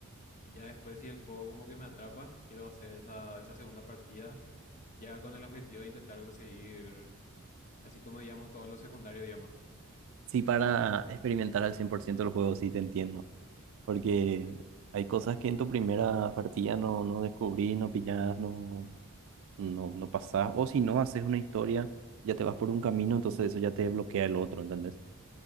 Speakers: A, on the left; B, on the right.
A: Y ya después si el juego como que me atrapa, quiero hacer esa, esa segunda partida ya con el objetivo de intentar conseguir, así como digamos, todos los secundarios, digamos.
B: Sí, para experimentar al 100% el juego, sí te entiendo, porque hay cosas que en tu primera partida no, no descubrís, no pillás, no, no, no pasás, o si no haces una historia, ya te vas por un camino, entonces eso ya te bloquea el otro, ¿entendés?